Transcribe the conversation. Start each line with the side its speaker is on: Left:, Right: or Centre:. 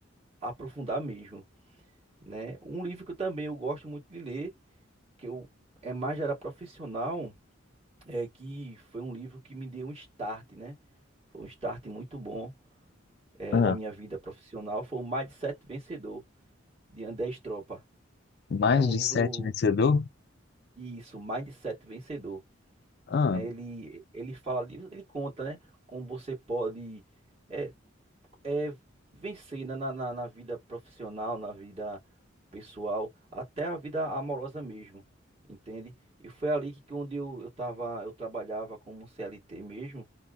Right: aprofundar mesmo, né? Um livro que eu também eu gosto muito de ler que eu é mais já era profissional, é que foi um livro que me deu um start, né? Foi um start muito bom é,
Left: Ah,
Right: da minha vida profissional, foi o Mindset Vencedor, de André Estropa,
Left: mais
Right: né? É um
Left: de
Right: livro,
Left: sete vencedor?
Right: isso, Mindset Vencedor,
Left: Ah.
Right: né? Ele, ele fala, de- ele conta, né? Como você pode, é, é, vencer né, na, na, na vida profissional, na vida pessoal, até a vida amorosa mesmo, entende? E foi ali que, que onde eu, eu tava, eu trabalhava como CLT mesmo,